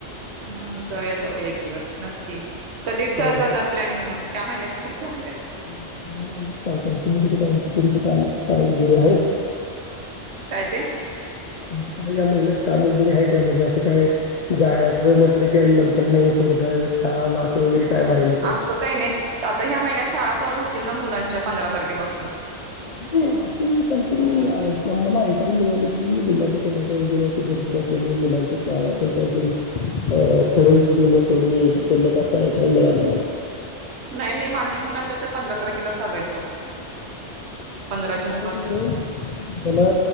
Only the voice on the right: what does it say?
हम्म जाऊया जाऊया एक दिवस नक्की. कधी करणार
प्लॅनिंग मग त्या महिन्यात की पुढच्या महिन्यात
काय ते.
असं नाही आता ह्या महिन्यात शाळा चालू होतील ना मुलांच्या पंधरा तारखेपासून.
हम्म
नाही नाही माझ्या मुलांच्या तर पंधरा तारखेला चालू आहेत बघ. पंधरा जून
पासून